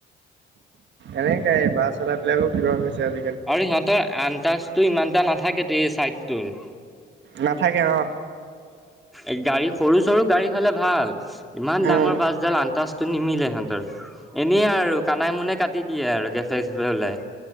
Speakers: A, on the right; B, in the centre.
A: এনেকাই বাছআলা বিলাকক <unintelligible> কিবা হৈছে আজ
B: আৰু সিহঁতৰ আন্তাজটো ইমানটা নাথাকে, তে এই চাইডটোৰ। অ',
A: নাথাকে অ
B: এই গাড়ী সৰু চৰু গাড়ী হ'লে ভাল, ইমান ডাঙৰ
A: উম
B: বাছডাল আন্তাজটো নিমিলেহেঁনতৰ, এনেই আৰু কানাই মুনে কাটি দিয়ে আৰু গেপে গেপে ওলাই।